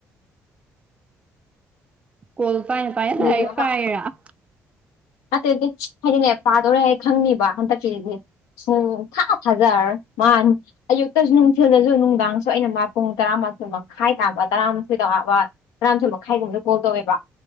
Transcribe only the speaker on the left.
ꯑꯗꯨꯒꯤ
ꯃꯃꯥ
ꯅꯠꯇꯦ ꯅꯠꯇꯦ ꯍꯥꯏꯗꯤꯅꯦ ꯄꯥꯗꯧꯔꯦ ꯍꯥꯏ ꯈꯪꯅꯤꯕ ꯍꯟꯗꯛꯀꯤꯁꯤꯗꯤ ꯁꯨꯡ ꯊꯥ ꯊꯥꯖ ꯔꯔ‌ꯣꯏ ꯃꯥꯟ ꯑꯌꯨꯛꯇꯁꯨ ꯅꯨꯡꯊꯤꯜꯗꯁꯨ ꯅꯨꯡꯗꯥꯡꯁꯨ ꯑꯩꯅ ꯃꯥ ꯄꯨꯡ ꯇꯔꯥꯃꯥꯊ‌ꯣꯏ ꯃꯈꯥꯏ ꯇꯥꯕ ꯇꯔꯥ ꯊꯣꯏꯗꯕ ꯇꯔꯥꯃꯊ‌ꯣ ꯃꯈꯥꯏꯒꯨꯝꯕꯅ ꯀꯣꯜ ꯇꯧꯋꯦꯕ